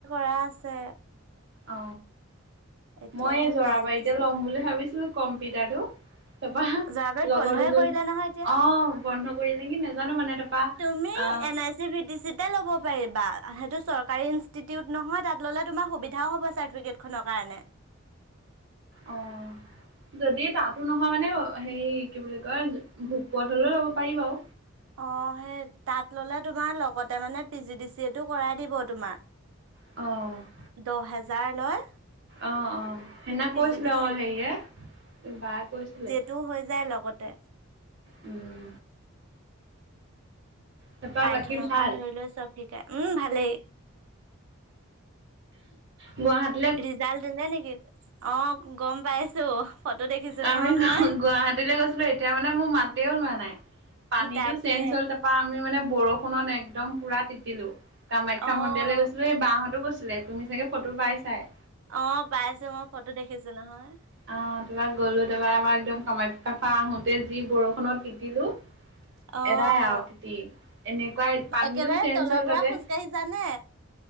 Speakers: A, on the right; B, on the right.
A: <unintelligible> আছে।
B: অ,
A: এতিয়া
B: মই
A: সেই
B: এ জৰাবাৰীতে
A: P G D C A
B: ল'ম বুলি ভাবিছিলোঁ কম্পিটাৰটো। তাৰপা
A: যোৱাবাৰত
B: লগৰ
A: বন্ধই
B: দুজনী
A: কৰিলে নহয় এতিয়া
B: অ, বন্ধ কৰি যে কি নাজানো মানে তাৰপা
A: তুমি
B: অ,
A: N I C B T চিতে ল'ব পাৰিবা সেইটো চৰকাৰী ইনষ্টিটিউট নহয় তাত ল'লে তোমাৰ সুবিধাও হ'ব চাটিফিকেট খনৰ কাৰণে।
B: অ, যদি তাতো নহয় মানে অ অ, হেইকি বুলি কয় ভোক পোৱাত হ'লেও লব পাৰি বাৰু।
A: অ, সেই তাত ল'লে তোমাৰ লগতে মানে পি জি ডি চি এটো কৰাই দিব তোমাৰ।
B: অহ।
A: দহ হেজাৰ লয়।
B: অ, অ সেইদিনা
A: পি
B: কৈছিলে
A: জি ডি
B: অ'
A: চি
B: হেৰিয়ে বা কৈছিলে।
A: টো হৈ যায় লগতে।
B: উম। তাৰপা
A: পাইথনৰ
B: বাকী ভাল
A: পৰা ধৰি লও চব শিকাই উম ভালেই।
B: গুৱাহাটী।
A: ৰিজাল্ট দিলে নেকি অ, গম পাইছো। ফটো দেখিছো নহয়
B: আমি
A: মই
B: গুৱাহাটীলৈ গৈছিলো এতিয়া মানে মোৰ মাতেও লোৱা নাই। পানী
A: তাকে
B: টো চেঞ্জ হ'ল তাৰ তপা আমি মানে বৰষুণত একদম পুৰা তিতিলো, কামাখ্যা
A: অ'
B: মন্দিৰলৈ গৈছো। এই বাহঁতো গৈছিলে তুমি চাগে ফটো পাই চাই।
A: অ' পাই আছো মই ফটো দেখিছো নহয়।
B: অ' তাৰপা গ'লো। তাৰপা আমাৰ একদম কামাখ্যা পৰা আহোতে যি বৰষুণত তিতিলো।
A: অ'
B: এদাই আৰু তিতি এনেকুৱাই পানীটো
A: একেবাৰে
B: চেঞ্জ
A: তলৰ
B: হ'ল
A: পৰা
B: তাতে।
A: খোজ কাঢ়িছানে?